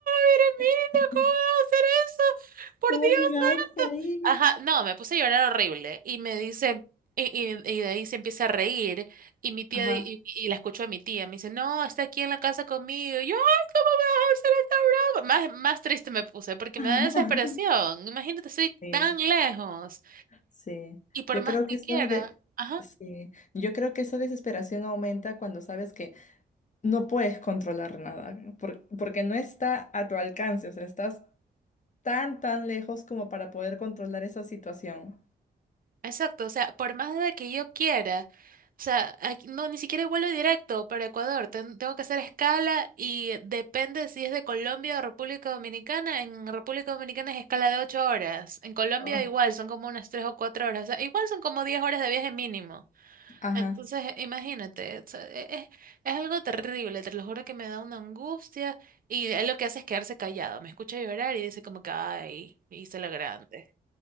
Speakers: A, on the right (about 45°); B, on the left (about 40°).
A: mire mire
B: <laughs>
A: ¿cómo vas a hacer eso? Por
B: ¿cómo
A: Dios.
B: llegaste ahí?
A: Ajá, no, me puse a llorar horrible y me dice, y, y- y de ahí se empieza a reír y mi tía,
B: Ajá.
A: di- y, y la escucho a mi tía, me dice, no, está aquí en la casa conmigo, y yo, ay, ¿cómo me vas a hacer esta broma? Más, más triste me puse porque
B: <laughs>
A: me da desesperación, imagínate, estoy
B: Sí,
A: tan lejos
B: sí.
A: y por
B: Yo
A: más
B: creo
A: que
B: que esa
A: quiera,
B: de,
A: ajá.
B: sí. Yo creo que esa desesperación aumenta cuando sabes que no puedes controlar nada, por- porque no está a tu alcance, o sea, estás tan, tan lejos como para poder controlar esa situación.
A: Exacto, o sea, por más de que yo quiera, o sea, aquí- no, ni siquiera hay vuelo directo para Ecuador, ten- tengo que hacer escala y depende si es de Colombia o República Dominicana, en República Dominicana es escala de 8 horas, en Colombia
B: Ah,
A: igual son como unas 3 o 4 horas, o sea, igual son como 10 horas de viaje mínimo,
B: Ajá.
A: entonces eh, imagínate, o sea, e- es, es algo terrible, te lo juro que me da una angustia y él lo que hace es quedarse callado, me escucha llorar y dice como que, ay, hice lo grande